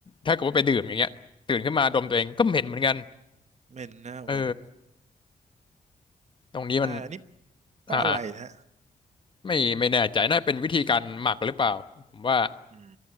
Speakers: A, on the left (about 35°); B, on the right (about 50°).
A: ถ้าเกิดว่าไปดื่มอย่างเงี้ยตื่นขึ้นมาดมตัวเองก็เหม็นเหมือนกัน
B: เหม็นนะเมน
A: เออตรงนี้มัน
B: ใช่อันนี้เพราะอะไรนะ
A: อ่าไม่ไม่แน่ใจน่าเป็นวิธีการหมักหรือเปล่าผมว่า
B: อืม